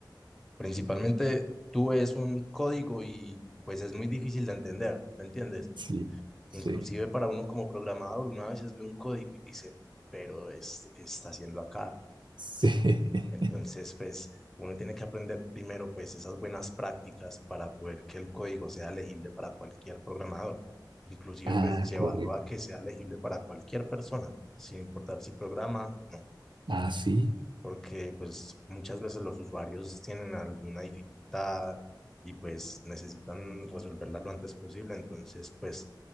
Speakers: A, in the centre; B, on the right (about 80°).
A: Principalmente tú ves un código y pues es muy difícil de entender, ¿me entiendes?
B: Sí, sí,
A: Inclusive para uno como programador, uno a veces ve un código y dice, pero este, ¿qué está haciendo acá?
B: sí.
A: Entonces,
B: <laughs>
A: pues uno tiene que aprender primero pues esas buenas prácticas para poder que el código sea legible para cualquier programador, inclusive
B: Ah,
A: pues llevarlo
B: correcto.
A: a que sea legible para cualquier persona, sin importar si programa o no
B: Ah, sí.
A: porque pues muchas veces los usuarios tienen alguna dificultad y pues necesitan resolverla lo antes posible, entonces pues